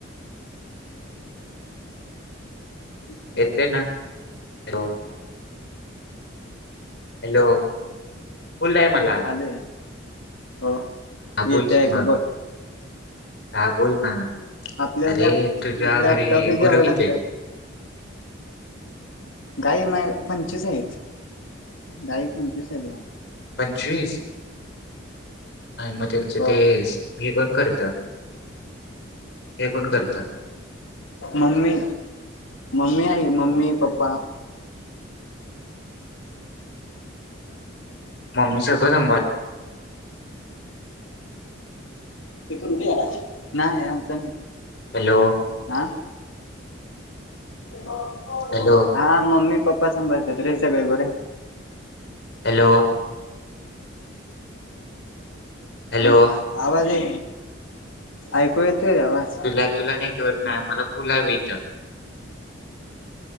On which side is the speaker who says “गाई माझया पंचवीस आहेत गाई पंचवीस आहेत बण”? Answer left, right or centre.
Left